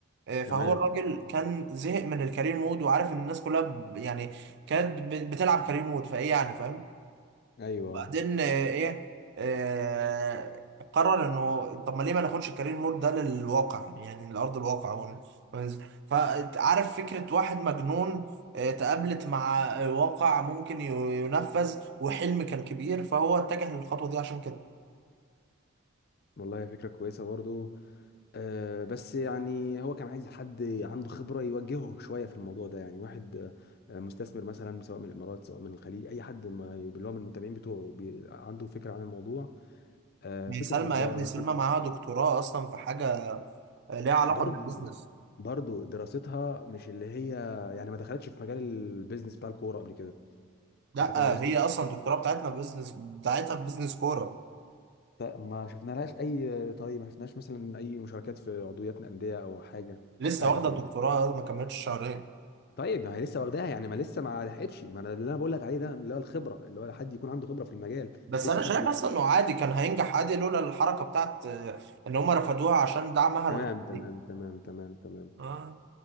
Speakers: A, on the right; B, on the left.
A: آه، فهو
B: تمام
A: الراجل كان زهق من الكارير مود وعارف ان الناس كلها ب- يعني كانت ب- بتلعب كارير مود فايه يعني فاهم
B: ايوه
A: بعدين آه، ايه آه قرر انه طب ما ليه ما ناخدش الكارير مود ده للواقع يعني لارض الواقع ون- وننزل فعارف فكره واحد مجنون آه، تقابلت مع آه، واقع ممكن ي- ينفذ وحلم كان كبير فهو اتجه للخطوه دي عشان كده
B: والله فكره كويسه برضو آه بس يعني هو كان عايز حد عنده خبرة يوجهه شوية في الموضوع ده يعني واحد آه مستثمر مثلا سواء من الإمارات سواء من الخليج أي حد ما اللي هو من المتابعين بتوعه بي- عنده فكرة عن الموضوع آه
A: يعني
B: فكرة
A: سلمى
B: في الإدارة
A: يا ابني سلمى
B: فكره
A: معاها دكتوراه اصلا في حاجه آه، ليها علاقه
B: برضو
A: بالبيزنس
B: برضو دراستها مش اللي هي يعني ما دخلتش في مجال البيزنس بتاع الكوره قبل كده
A: لا
B: انت فاهم قصدي
A: آه، هي اصلا الدكتوراه بتاعتنا في بيزنس بتاعتها في بيزنس كوره
B: ف- ما شفنا لهاش اي طيب ما شفناش مثلا اي مشاركات في عضويات انديه او حاجه
A: لسه
B: مش عارف
A: واخده
B: انا
A: الدكتوراه ما كملتش شهرين
B: طيب ما هي لسه واخداها يعني ما لسه ما لحقتش ما انا اللي انا بقول لك عليه ده اللي هو الخبره اللي هو حد يكون عنده خبره في المجال
A: بس
B: مش لسه
A: انا
B: حد
A: شايف
B: بي...
A: اصلا انه عادي كان هينجح عادي لولا الحركه بتاعت آه، ان هم رفضوها عشان دعمها
B: تمام
A: الغزو
B: تمام
A: دي
B: تمام تمام تمام
A: اه